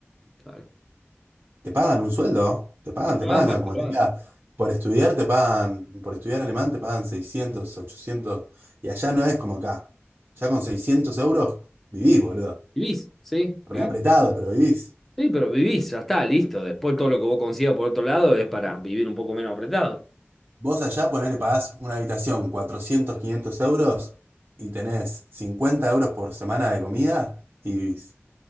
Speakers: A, in the centre; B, on the right.
A: Claro.
B: Te pagan un sueldo, te pagan,
A: Te pagan
B: te pagan,
A: para
B: como
A: que lo
B: te
A: hagas.
B: diga, por estudiar te pagan, por estudiar alemán te pagan seiscientos ochocientos y allá no es como acá. Ya con 600 euros vivís, boludo.
A: Vivís, sí, vivís.
B: Reapretado, pero vivís.
A: Sí, pero vivís, ya está, listo. Después todo lo que vos consigas por otro lado es para vivir un poco menos apretado.
B: Vos allá ponele, pagás una habitación cuatrocientos quinientos euros y tenés 50 euros por semana de comida y vivís.